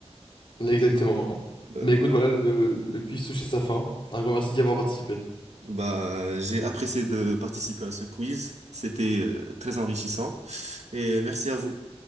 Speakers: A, on the left; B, on the right.
A: Exactement.
B: D'accord.
A: Mais écoute, voilà, le, le quiz touche à sa fin. Un grand merci d'y avoir participé.
B: Bah, j'ai apprécié de participer à ce quiz. C'était, euh, très enrichissant. Et merci à vous.